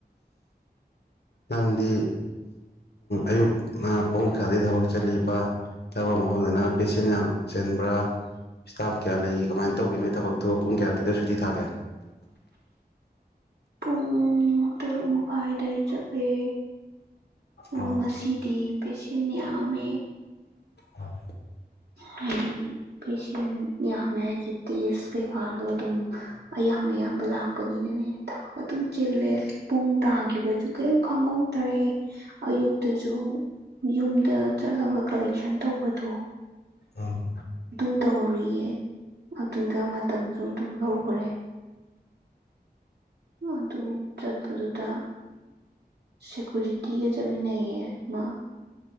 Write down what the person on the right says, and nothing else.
ꯄꯨꯡ ꯇꯔꯨꯛ ꯃꯈꯥꯏꯗ ꯆꯠꯂꯦ ꯑꯗꯨꯣ
ꯉꯁꯤꯗꯤ ꯄꯦꯁꯦꯟ ꯌꯥꯝꯃꯦ
ꯍꯥꯏꯗꯤ ꯄꯁ ꯌꯥꯝꯃꯦ ꯍꯥꯏꯁꯦ ꯇꯦꯁ ꯀꯩ ꯐꯥꯗꯣ ꯑꯗꯨꯝ ꯑꯌꯥꯝ ꯑꯌꯥꯝꯕ ꯂꯥꯛꯄꯅꯤꯅꯅꯦ ꯊꯕꯛ ꯑꯗꯨꯝ ꯆꯤꯜꯂꯦ ꯄꯨꯡ ꯇꯥꯈꯤꯕꯁꯨ ꯀꯔꯤꯝ ꯈꯪꯍꯧ ꯇꯔꯦꯠ ꯑꯌꯨꯛꯇꯁꯨ ꯌꯨꯝꯗ ꯆꯠꯂꯒ ꯀꯂꯦꯛꯁꯟ ꯇꯧꯕꯗꯣ
ꯑꯗꯨ ꯇꯧꯔꯨꯔꯤꯌꯦ ꯑꯗꯨꯗ ꯃꯇꯝꯁꯨ ꯑꯗꯨꯝ ꯂꯧꯈ꯭ꯔꯦ ꯑꯗꯨ ꯆꯠꯄꯗꯨꯗ ꯁꯦꯀꯨꯔꯤꯇꯤꯒ ꯆꯠꯃꯤꯟꯅꯩꯌꯦ ꯃꯥ